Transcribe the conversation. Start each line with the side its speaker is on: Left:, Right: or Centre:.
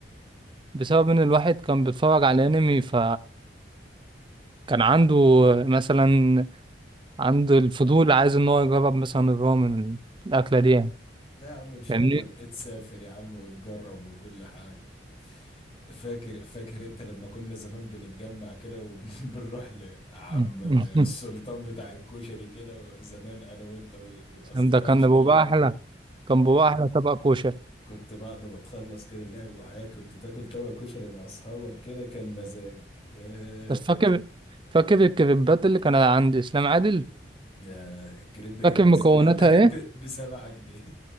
Right: بسبب ان الواحد كان بيتفرج على انمي ف كان عنده مثلا عنده الفضول عايز ان هو يجرب مثلا الرامن الاكله دي يعني
Left: لا يا عم ان شاء
Right: فاهمني
Left: الله تسافر يا عم وتجرب وكل حاجة فاكر فاكر انت لما كنا زمان بنتجمع كده وبنروح <laughs> لعم
Right: <laughs>
Left: السلطان بتاع الكشري كده زمان انا وانت والاصدقاء
Right: ده كان
Left: شوية
Right: بيبقى احلى كان بيبقى احلى طبق كوشه
Left: كنت بعد ما تخلص كده لعب وحياة كنت تاكل طبق كشري مع أصحابك كده كان مزاج ياه
Right: بس فاكر فاكر الكريبات اللي كانت عند اسلام عادل
Left: ياه الكريب كان
Right: فاكر
Left: بسبعة
Right: مكوناتها
Left: <laughs>
Right: ايه
Left: ب- بسبعة جنيه